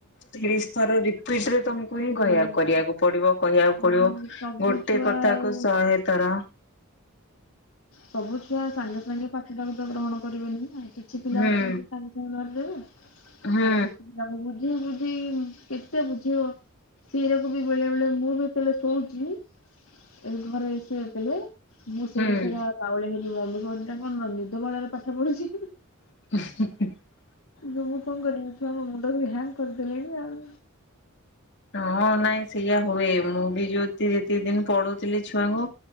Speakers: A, on the left; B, on the left.
A: ତିରିଶ ଥର ରିପିଟ ରେ ତ କ ହିଁ
B: ହଁ
A: କହିବାକୁ କରିବାକୁ ପଡିବ କହିବାକୁ
B: ମାନେ
A: ପଡିବ
B: ସବୁ
A: ଗୋଟେ
B: ଛୁଆ
A: କଥା
B: ଆଉ
A: କୁ ଶହେଥର
B: ସବୁ ଛୁଆ ସାଙ୍ଗେ ସାଙ୍ଗେ ପାଠଟାକୁ ତ ଗ୍ରହଣ କରିବେନି ଆଉ କିଛି ପିଲା
A: ହୁଁ
B: ଅଛନ୍ତି ସାଙ୍ଗେ ସାଙ୍ଗେ ଧରି ଦେବେ।
A: ହୁଁ
B: ଆଉ କେତେ ପିଲାକୁ ବୁଝେଇ ବୁଝେଇ କେତେ ବୁଝେଇବ? ସିରାକୁ ବି ବେଳେ ବେଳେ ମୁଁ ଯେତଳେ ଶୋଉଛି ଏ ଘରେ <unintelligible> ମୁଁ ସେଇରା
A: ହୁଁ
B: ସେଇରା ବାଉଳି ହେଇକି ମମି କୁହନ୍ତି କଣ ନିଦବାଉଳାରେ ପାଠ ପଢୁଛି।
A: <unintelligible>
B: ମୁଁ କଣ କରିବି ଛୁଆ ମୋ ମୁଣ୍ଡବି ହ୍ୟାଙ୍ଗ କରିଦେଲିଣି ଆଉ
A: ହଁ ନାଇଁ ସେଇଆ ହୁଏ ମୁଁ ବି ଯୋଉ ଯେତିକି ଦିନ ପଢ଼ଉଥିଲି ଛୁଆଙ୍କୁ